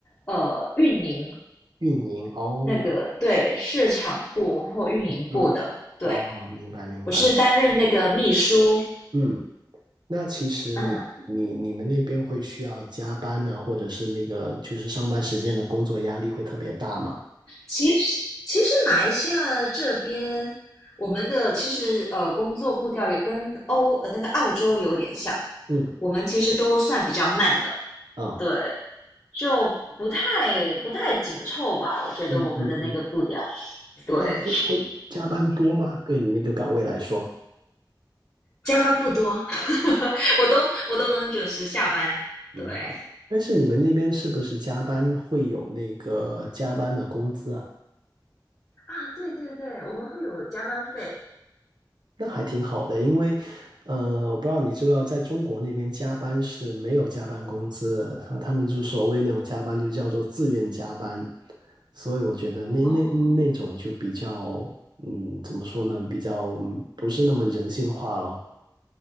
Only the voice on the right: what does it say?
运营哦，
嗯，
哦，明白，明白。
嗯，那其实你你你们那边会需要加班呢，
或者是那个就是上班时间的工作压力会特别大吗？
嗯
啊，
嗯嗯嗯，
但会会加班多吗？对你那个岗位来说？
明白。
但是你们那边是不是加班会有那个加班的工资啊？
那还挺好的，因为，呃，我不知道你知不知道，在中国那边加班是没有加班工资的，然后他们就所谓那种加班就叫做自愿加班，所以我觉得那那那种就比较，
嗯，怎么说呢，比较嗯不是那么人性化咯。